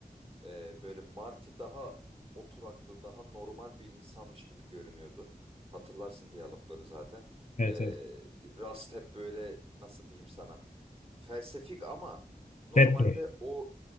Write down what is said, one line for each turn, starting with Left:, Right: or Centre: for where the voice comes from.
Right: Ee, böyle Marty daha oturaklı, daha normal bir insanmış gibi görünüyordu. Hatırlarsın diyalogları zaten.
Left: Evet
Right: Ee,
Left: evet.
Right: Rust hep böyle nasıl diyeyim sana? Felsefik ama normalde
Left: Bad Boy.
Right: o